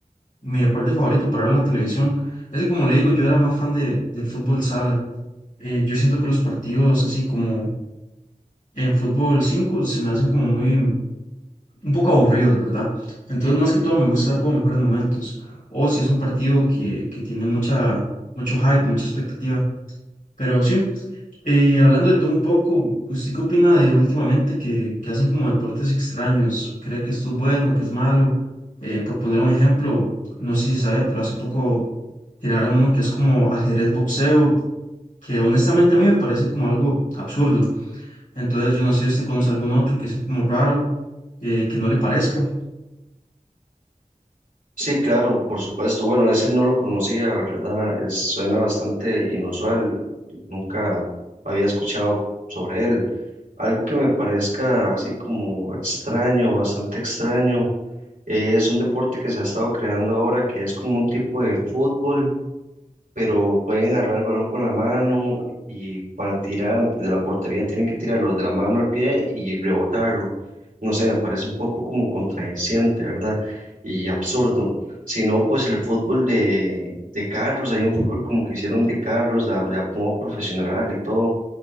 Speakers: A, on the left; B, on the right.
A: mi deporte favorito para ver en la televisión. Así como le digo, yo era más fan de, del fútbol sala. Eh, yo siento que los partidos así como en fútbol 5 se me hacen como muy, un poco aburridos, ¿verdad? Entonces, más que todo, me gusta dar como mejores momentos. O si es un partido que, que tiene mucha, mucho hype, mucha expectativa. Pero sí, y hablando de todo un poco, ¿usted qué opina de últimamente que, que hacen como deportes extraños? ¿Cree que esto es bueno, que es malo? Eh, por poner un ejemplo, no sé si sabía, pero hace poco tiraron uno que es como ajedrez boxeo, que honestamente a mí me parece como algo absurdo. Entonces, yo no sé si usted conoce algún otro que sea como raro eh, que no le parezca.
B: Sí, claro, por supuesto. Bueno, ese no lo conocía, ¿verdad? Es- suena bastante inusual. Nunca había escuchado sobre él. Algo que me parezca así como extraño, bastante extraño, es un deporte que se ha estado creando ahora que es como un tipo de fútbol pero pueden agarrar el balón con la mano y para tirar antes de la portería tienen que tirarlo de la mano al pie y rebotarlo. No sé, me parece un poco como contradiciente, ¿verdad? Y absurdo. Si no, pues el fútbol de, de carros, hay un fútbol como que hicieron de carros, ya, ya como profesional y todo.